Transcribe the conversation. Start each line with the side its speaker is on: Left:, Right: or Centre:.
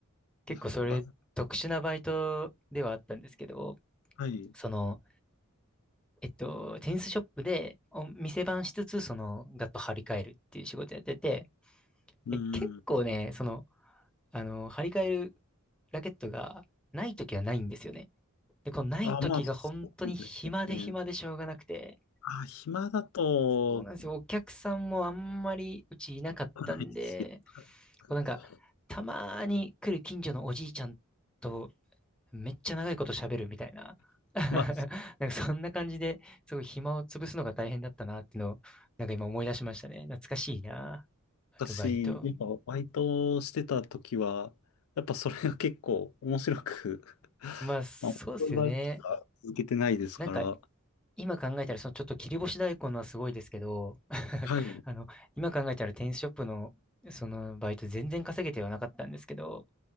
Centre: 結構それ、
Left: やっぱ、
Centre: 特殊なバイトではあったんですけど、
Left: はい。
Centre: その、えっと、テニスショップでお店番しつつ、その、ガッと張り替えるっていう仕事やってて、
Left: うん。
Centre: で、結構ね、その、あの、張り替えるラケットがないときはないんですよね。で、このないときが本当に暇で暇でしょうがなくて、
Left: あ、まあ、そうですよね。あ、暇だと、
Centre: そうなんですよ。お客さんもあんまりうちいなかったんで、
Left: ないし。<laughs>
Centre: こうなんか、たまーに来る近所のおじいちゃんとめっちゃ長いこと喋るみたいな。<laughs>
Left: まあ、
Centre: なんかそんな感じで、すごい暇を潰すのが大変だったなっていうのを、なんか今思い出しましたね。懐かしいな、アルバイト。
Left: 私、やっぱバイトしてた時は、やっぱそれが結構面白く
Centre: まあ、
Left: <laughs>
Centre: そうっすよね。
Left: まあ、面白いバイトしか続けてないですから、
Centre: なんか、今考えたら、そのちょっと切り干し大根のはすごいですけど、<laughs>
Left: はい。う
Centre: あの、今考えたらテニスショップの、そのバイト全然稼げてはなかったんですけど、